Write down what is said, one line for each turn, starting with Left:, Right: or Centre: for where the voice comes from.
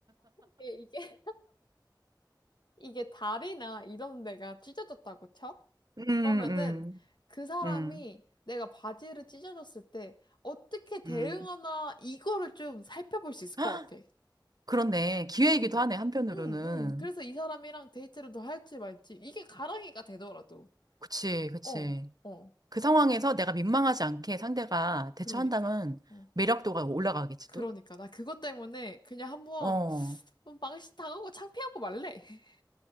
Left: 이게, 이게 이게 다리나 이런 데가 찢어졌다고 쳐?
Right: 음, 음,
Left: 그러면은 그 사람이
Right: 음,
Left: 내가 바지를 찢어졌을 때 어떻게 대응하나
Right: 음.
Left: 이거를 좀 살펴볼 수 있을 것
Right: 헉,
Left: 같아.
Right: 그렇네. 기회이기도
Left: 응,
Right: 하네, 한편으로는.
Left: 응, 응. 그래서 이 사람이랑 데이트를 더 할지 말지. 이게 가랑이가 되더라도.
Right: 그치, 그치.
Left: 어, 어.
Right: 그 상황에서 내가 민망하지 않게 상대가 대처한다면
Left: 그러니까. 어.
Right: 매력도가 올라가겠지,
Left: 그러니까.
Right: 또?
Left: 나 그것 때문에 그냥 한번
Right: 어,
Left: 망신 당하고 창피하고 말래. <laughs>